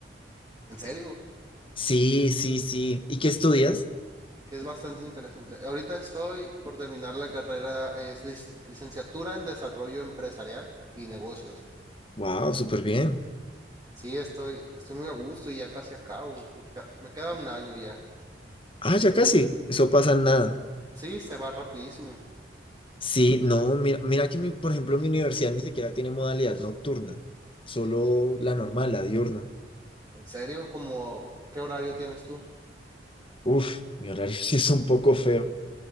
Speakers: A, on the right (about 25°); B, on the left (about 30°).
A: ¿En serio?
B: Sí, sí, sí. ¿Y qué estudias?
A: Sí, es bastante interesante. Ahorita estoy por terminar la carrera, es lic- licenciatura en desarrollo empresarial y negocios.
B: Wow, súper bien.
A: Sí, estoy, estoy muy a gusto y ya casi acabo. Me queda, me queda un año ya.
B: Ah, ya casi. Eso pasa en nada.
A: Sí, se va rapidísimo.
B: Sí, no, mira, mira que mi, por ejemplo, mi universidad ni siquiera tiene modalidad nocturna, solo la normal, la diurna.
A: ¿En serio? ¿Cómo, qué horario tienes tú?
B: Uf, mi horario <laughs> sí es un poco feo,